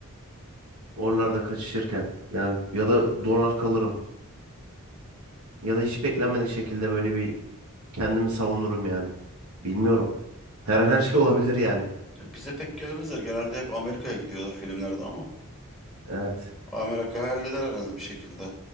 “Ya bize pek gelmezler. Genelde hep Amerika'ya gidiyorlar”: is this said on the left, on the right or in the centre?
Centre